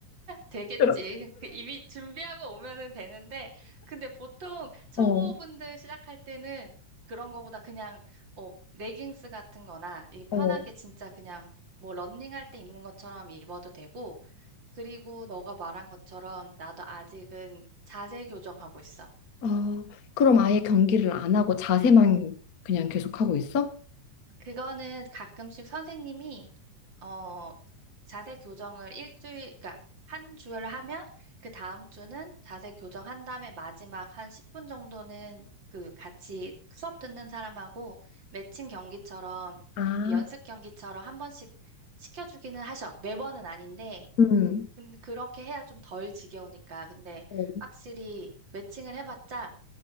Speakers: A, on the right; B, on the left.
A: 되겠지.
B: 그럼.
A: 그 이미 준비하고 오면은 되는데, 근데 보통 초보분들
B: 어,
A: 시작할 때는 그런 거보다 그냥, 어, 레깅스 같은 거나, 이 편하게
B: 어.
A: 진짜 그냥, 뭐, 러닝할 때 입는 것처럼 입어도 되고, 그리고 너가 말한 것처럼 나도 아직은 자세 교정하고 있어.
B: 아, 그럼 아예 경기를 안 하고 자세만 그냥 계속 하고 있어?
A: 그거는 가끔씩 선생님이 어, 자세 교정을 일주일, 그러니까 한 주를 하면 그 다음 주는 자세 교정한 다음에 마지막 한 10분 정도는 그 같이 수업 듣는 사람하고 매칭 경기처럼
B: 아,
A: 이 연습 경기처럼 한 번씩 시켜주기는 하셔. 매번은 아닌데,
B: 음.
A: 근- 그렇게 해야 좀 덜 지겨우니까. 근데
B: 어,
A: 확실히 매칭을 해봤자